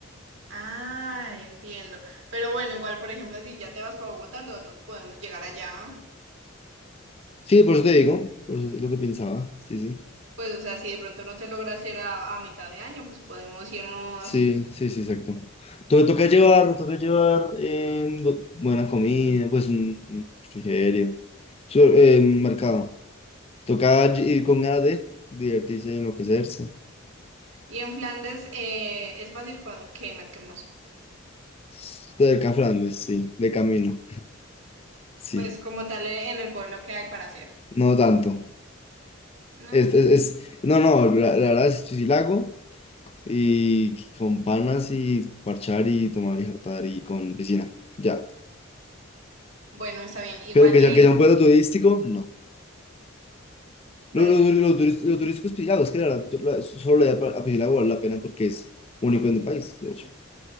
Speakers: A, on the right (about 70°); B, on the left (about 30°).
A: Ah, entiendo. Pero bueno, igual, por ejemplo, si ya te vas para Bogotá, nosotros podemos llegar allá.
B: Sí, por eso te digo, por eso es lo que pensaba. Sí, sí.
A: Pues, o sea, si de pronto no se logra hacer a, a mitad de año, pues podemos irnos.
B: Sí, sí, sí, exacto. Entonces toca llevar, me toca llevar eh, lo- buena comida, pues un, un refrigerio. Su- eh, mercado. Toca ir con ganas de divertirse y enloquecerse.
A: Y en Flandes eh, es fácil con- que marquemos,
B: Esto del Can Flandes, sí, de camino, sí,
A: pues como tal eh, en el pueblo que hay para hacer,
B: no tanto.
A: ¿no?
B: Es, es, es- no, no, la, la verdad es sí la hago y con panas y parchar y tomar y jartar y con piscina, ya.
A: Bueno, está bien. Igual,
B: Pero que
A: eh,
B: sea, que sea un pueblo turístico, no.
A: bueno,
B: Lo, lo,
A: y-
B: lo, turis- lo turístico es Piscilago, es que la verdad la- solo le da a Piscilago vale la pena porque es único en el país, de hecho.